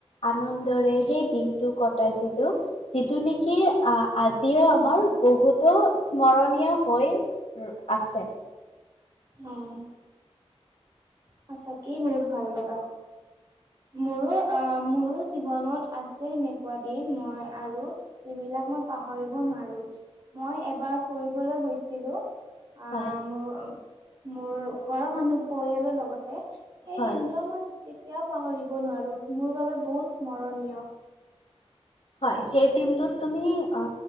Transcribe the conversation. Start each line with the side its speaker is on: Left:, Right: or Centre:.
Left: আনন্দৰে সেই দিনটো কট টাইছিলোঁ। যিটো নেকি অ' আজিও আমাৰ
Right: অ',
Left: বহুতো স্মৰণীয় হৈ আছে।
Right: অ'। সঁচাকেই বহুত ভাল লগা। মোৰো অ' মোৰো জীৱনত আছে এনেকুৱা দিন। মই আৰু এইবিলাক মই পাহৰিব নোৱাৰো মই এবাৰ ফুৰিবলৈ গৈছিলো অ
Left: হয়,
Right: মোৰ মোৰ ঘৰৰ মানুহ পৰিয়ালৰ লগত সেই
Left: হয়।
Right: দিনটো মই কেতিয়াও পাহৰিব নোৱাৰোঁ মোৰ বাবে বহুত স্মৰণীয়।
Left: হয় সেই দিনটোত তুমি অ